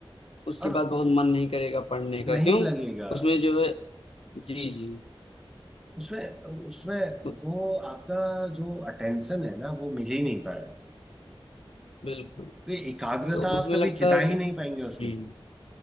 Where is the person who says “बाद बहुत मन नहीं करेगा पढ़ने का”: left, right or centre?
Left